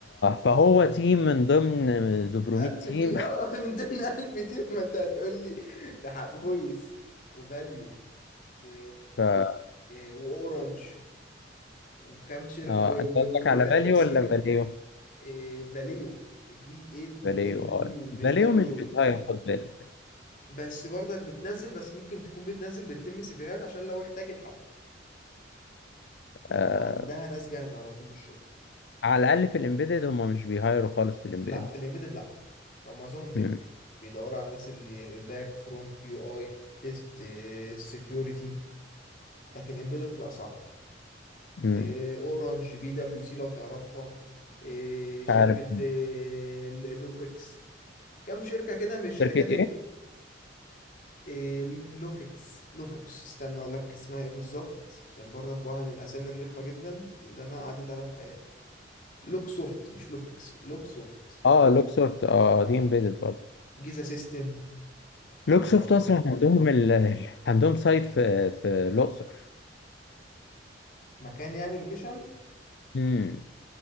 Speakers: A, on the left; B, on the left.
A: فهو تيم من ضمن 800
B: 1000
A: تيم
B: تي اه <laughs> من ضمن 1000 تي ما انت هتقول لي ده حق فويس وفاليو و...
A: <laughs> ف...
B: واورنج وكام شركه
A: اه
B: و... و...
A: انت قصدك
B: وبي
A: على
B: دبليو
A: فاليو
B: سي
A: ولا فاليو
B: إيه، فاليو في اي ال
A: فاليو اه
B: يو مش
A: فاليو
B: فاليو
A: مش بيتهاير
B: ال-
A: خد بالك
B: بس برضك بتنزل بس ممكن تكون بتنزل بتلم سيفيهات عشان لو احتاجت حد فيبقى
A: آه
B: عندها ناس جاهزه على طول للشغل
A: على الاقل في الامبيدد هم مش بيهايروا خالص في الامبيدد
B: لا في الامبيدد لا هو معظمهم تك
A: مم.
B: بيدوروا على الناس اللي باك فرونت يو اي تيست سكيورتي لكن امبيدد لا صعب
A: مم.
B: إيه، اورنج بي دبليو سي لو تعرفها إيه، شركة
A: عارف
B: إيه، ل- لوفيكس كم شركة كده من الشركات
A: شركه
B: ال...
A: إيه؟
B: إيه، لوفيكس لوفوكس استنى اقول لك اسمها ايه بالظبط عشان برضك واحد من الاسامي الرخمة جدا اللي انا عديت عليها في حياتي لوكسوفت مش لوفيكس لوكسوفت
A: اه لوكسوفت اه
B: اه
A: دي امبيدد برضه
B: جيزا سيستم تعرفها
A: لوكسوفت
B: بقى
A: اصلا عندهم ال... ال- عندهم سايت في في الاقصر
B: مكان يعني لوكيشن
A: امم